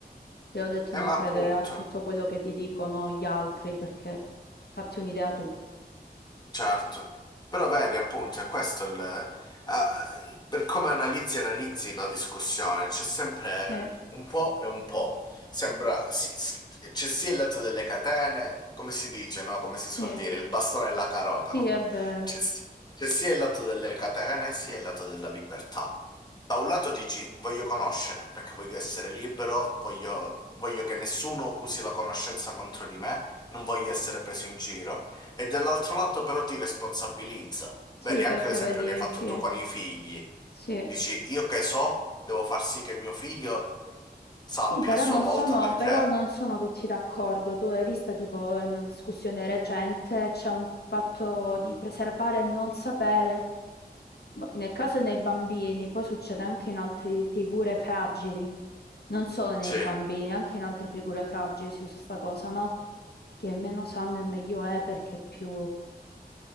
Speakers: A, on the left; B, on the left.
A: Te l'ho detto
B: Eh,
A: non
B: ma
A: credere
B: appunto.
A: a tutto quello che ti dicono gli altri perché fatti un'idea tu.
B: Certo, però vedi appunto, è questo il, eh, per come analizzi e analizzi la discussione, c'è sempre
A: Eh,
B: un po' e un po'. Sembra, si- si- c'è sia il lato delle catene, come si dice, no? Come si suol
A: sì,
B: dire, il bastone e la carota,
A: sì,
B: no?
A: è vero.
B: C'è si- c'è sia il lato delle catene, sia il lato della libertà. Da un lato dici voglio conoscere, perché voglio essere libero, voglio voglio che nessuno usi la conoscenza contro di me, non voglio essere preso in giro. E dall'altro lato però ti responsabilizza.
A: Sì,
B: Vedi,
A: perché
B: anche l'esempio
A: vedi,
B: che hai fatto
A: sì,
B: tu con i figli.
A: sì.
B: Dici, io che so, devo far sì che mio figlio sappia
A: Sì, però
B: a sua
A: non
B: volta
A: sono,
B: perché...
A: però non sono tutti d'accordo. Tu l'hai vista tipo in una discussione recente, c'è un fatto di preservare e non sapere. Boh, Nel caso nei bambini, poi succede anche in altre figure fragili. Non solo nei
B: Sì,
A: bambini, anche in altre figure fragili si usa sta cosa, no? Che meno sanno e meglio è perché più